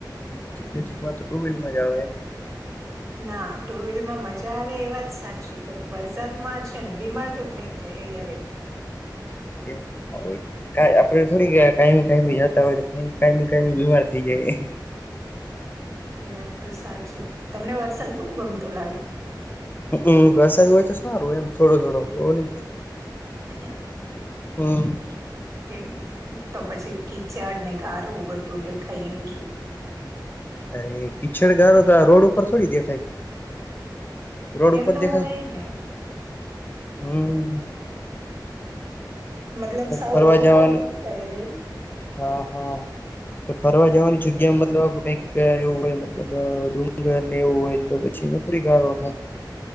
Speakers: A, on the left; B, on the right.
A: નજીક નજીક માં તો ટુ વ્હીલમાં જ આવે એમ.
B: ના ટુ વ્હીલર માં મજા આવે એ વાત સાચી બટ વરસાદમાં છે ને બીમાર તો થઈ જ. જઈ એ ક્યારેક.
A: એ હોય. કય આપડે થોડી કાયમી કાયમી જતા હોય કાયમી કાયમી બીમાર થઈ જાયે.
B: એ વાત તો સાચી તમને વરસાદ બહુ ગમતો લાગે.
A: હમ વરસાદ હોય તો સારુંય એમ થોડો થોડો બોવ નહી.
B: <inaudible>
A: હમ.
B: કે તો પછી કીચડ ને ગારું બધું દેખાય એનું શું.
A: અરે કીચડ ગારો તો આ રોડ ઉપર થોડી દેખાય. રોડ ઉપર
B: એમ તો
A: દેખાય
B: હોય ને
A: હમ.
B: મતલબ સાવ
A: ફરવા
B: રોડ
A: જવાની
B: ઉપર નથી કહી રહી.
A: હા હા. તો ફરવા જવાની જગ્યા મતલબ કઈક એવું હોય મતલબ ડુંગર ને એવું હોય.. તો પછી વપરી કાઢવાનું